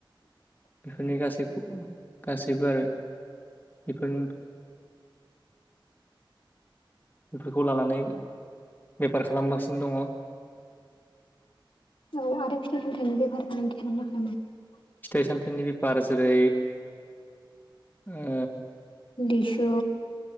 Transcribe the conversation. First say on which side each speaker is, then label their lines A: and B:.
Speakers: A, on the left (about 20°); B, on the left (about 80°).
A: बेफोरनि गासैखौबो गासैबो आरो बेफोरनो बेफोरखौ लानानै बेफार खालामगासिनो दङ।
B: औ आरो फिथाइ सामथाइनि बेफार फालांगि खालामो ना खालामा?
A: फिथाइ सामथाइनि बेफार जेरै ओ
B: लिसु